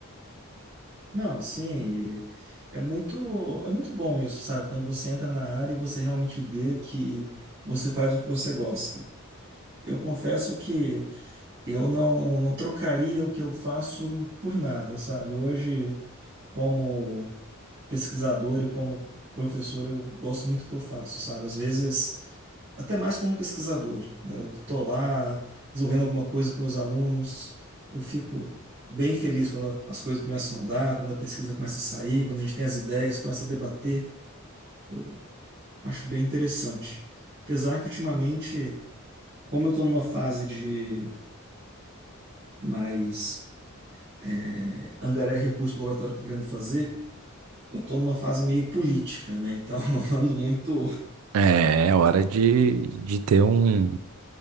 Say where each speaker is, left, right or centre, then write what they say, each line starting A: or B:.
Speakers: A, on the right; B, on the right.
A: Não, sim, e é muito, é muito bom isso, sabe? Quando você entra na área e você realmente vê que você faz o que você gosta. Eu confesso que eu não, não trocaria o que eu faço por nada, sabe? Hoje, como pesquisador e como professor, eu gosto muito do que eu faço, sabe? Às vezes até mais como pesquisador, né? Eu estou lá desenvolvendo alguma coisa com meus alunos, eu fico bem feliz quando as coisas começam a andar, quando a pesquisa começa a sair, quando a gente tem as ideias, começa a debater, eu acho bem interessante. Apesar que ultimamente, como eu estou numa fase de mais é, angariar recursos para o laboratório que eu estou querendo fazer, eu estou numa fase meio política, né? Então, <laughs> ando muito,
B: É, é hora de, de ter um,